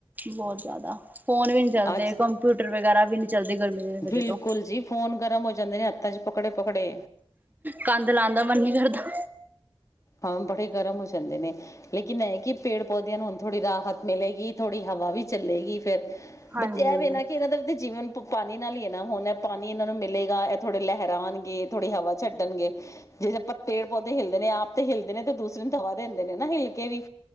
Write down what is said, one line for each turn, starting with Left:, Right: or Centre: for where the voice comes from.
Right: ਬਹੁਤ ਜ਼ਿਆਦਾ ਫੋਨ ਵੀ ਨੀ ਚੱਲਦੇ
Left: ਅੱਜ
Right: ਕੰਪਿਊਟਰ ਵਗੈਰਾ ਵੀ ਨੀ ਚੱਲਦੇ ਗਰਮੀ ਦੀ ਵਜ੍ਹਾ
Left: ਬਿਲਕੁਲ
Right: ਤੋਂ।
Left: ਜੀ ਫੋਨ ਗਰਮ ਹੋ ਜਾਂਦੇ ਨੇ ਹੱਥਾਂ ਚ ਪਕੜੇ- ਪਕੜੇ
Right: ਕੰਧ ਲਾਨ ਦਾ ਮਨ ਨੀ ਕਰਦਾ।
Left: ਅਮ ਬੜੇ ਗਰਮ ਹੋ ਜਾਂਦੇ ਨੇ ਲੇਕਿਨ ਇਹ ਕਿ ਪੇੜ ਪੌਦਿਆਂ ਨੂੰ ਹੁਣ ਥੋੜ੍ਹੀ ਰਾਹਤ ਮਿਲੇਗੀ ਥੋੜ੍ਹੀ ਹਵਾ ਵੀ ਚੱਲੇਗੀ ਫਿਰ
Right: ਹਾਂਜੀ-ਹਾਂਜੀ,
Left: ਬੱਚੇ ਇਹਵੇ ਨਾ ਕਿ ਇਹਨਾਂ ਦਾ ਜੀਵਨ ਪ ਪਾਣੀ ਨਾਲ ਹੀ ਹੈ ਨਾ ਹੁਣ ਪਾਣੀ ਇਹਨਾਂ ਨੂੰ ਮਿਲੇਗਾ ਇਹ ਥੋੜੇ ਲਹਿਰਾਣਗੇ ਥੋੜ੍ਹੀ ਹਵਾ ਛੱਡਣਗੇ। ਜਿਸ ਤਰਾਂ ਪੱਤੇ ਪੌਦੇ ਹਿਲਲਦੇ ਨੇ ਆਪ ਤੇ ਹਿਲਦੇ ਨੇ ਤੇ ਦੂਸਰੇ ਨੂੰ ਦਵਾ ਦਿੰਦੇ ਨੇ ਨਾ ਹਿਲ ਕੇ ਵੀ